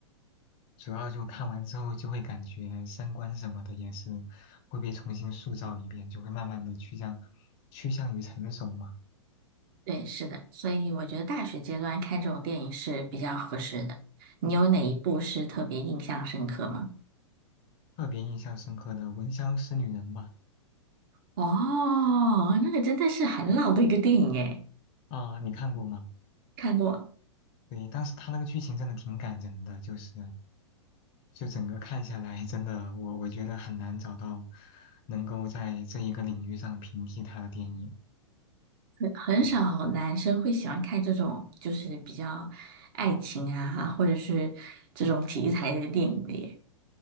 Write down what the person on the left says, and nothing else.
主要就看完之后就会感觉三观什么的也是会被重新塑造一遍，就会慢慢的趋向趋向于成熟嘛。
嗯，特别印象深刻的《闻香识女人》吧，
啊、你看过吗？
对，当时他那个剧情真的挺感人的，就是，就整个看下来，真的我我觉得很难找到能够在这一个领域上平替他的电影。
嗯，